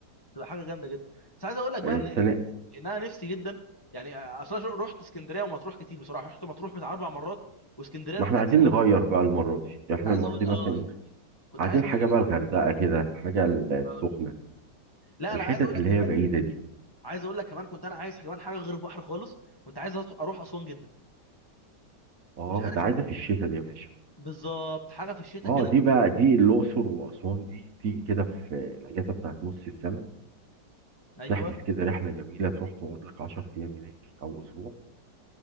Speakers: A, on the left (about 25°); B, on the right (about 55°).
A: تبقى حاجه جامده جدا بس عايز اقول لك بقى
B: آه،
A: ان
B: السنه
A: ان إن انا نفسي جدا يعني اصلا رحت اسكندريه ومطروح كتير بصراحه رحت مطروح بتاع اربع مرات واسكندريه
B: ما
A: رحتها
B: احنا عايزين
A: كتير قوي
B: نغير بقى المره دي يعني
A: كنت
B: احنا
A: عايز
B: المره
A: اقول
B: دي
A: اه
B: مثلا ايه
A: يعني كنت
B: عايزين
A: عايز بقى
B: حاجه
A: ايه
B: بقى الغردقه كده حاجه السخنه
A: اه لا
B: الحتت
A: انا عايز اقول لك
B: اللي
A: كمان
B: هي بعيده دي
A: عايز اقول لك كمان كنت انا عايز كمان حاجه غير البحر خالص كنت عايز أط- اروح اسوان جدا
B: اه
A: مش عارف
B: ده عايزه
A: ليه.
B: في الشتاء دي يا باشا
A: بالظبط حاجه في الشتاء
B: اه
A: كده
B: دي بقى دي الاقصر واسوان دي تيجي كده في الاجازه بتاعت نص السنه
A: ايوه
B: تحجز كده رحله جميله تروح تقعد لك 10 ايام هناك او اسبوع